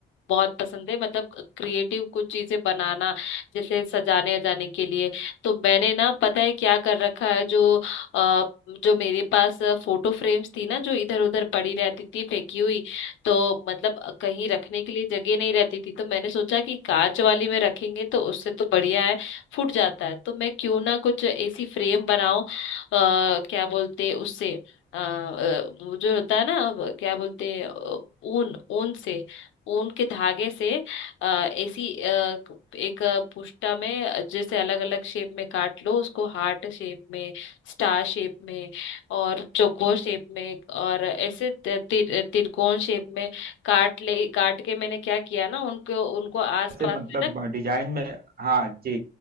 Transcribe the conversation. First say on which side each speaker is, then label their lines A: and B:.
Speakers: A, on the left; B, on the right.
A: बहुत पसंद है मतलब क्रिएटिव कुछ चीजें बनाना जैसे सजाने अजाने के लिए तो मैंने ना पता है क्या कर रखा है जो आ, जो मेरे पास फोटो फ्रेम्स थी ना जो इधर उधर पड़ी रहती थी फेंकी हुई तो मतलब कहीं रखने के लिए जगह नहीं रहती थी तो मैंने सोचा कि कांच वाली में रखेंगे तो उससे तो बढ़िया है फूट जाता है तो मैं क्यों ना कुछ ऐसी फ्रेम बनाऊं अ, क्या बोलते उससे अ, अ, वो जो होता है ना वो क्या बोलते हैं, अ, ऊन ऊन से ऊन के धागे से अ, ऐसी अ, क- एक अ, पुष्टा में जैसे अलग अलग शेप में काट लो उसको हार्ट शेप में स्टार शेप में और चौकोर शेप में और ऐसे त- तिर, तिरकोण शेप में काट ले काट के मैंने क्या किया ना उनको उनको आसपास
B: से मतलब
A: से ना
B: डिजाइन में हाँ जी